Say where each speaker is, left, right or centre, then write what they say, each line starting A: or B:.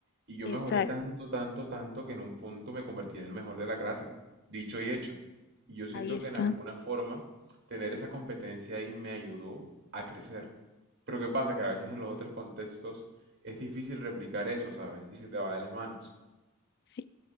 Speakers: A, on the right (about 55°); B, on the left (about 50°).
A: Y yo
B: exacto,
A: mejoré tanto, tanto, tanto que en un punto me convertí en el mejor de la clase. Dicho y hecho. Y yo siento
B: ahí está.
A: que en alguna forma tener esa competencia ahí me ayudó a crecer. Pero ¿qué pasa? Que a veces en los otros contextos es difícil replicar eso, ¿sabes? Y se te va de las manos.
B: Sí.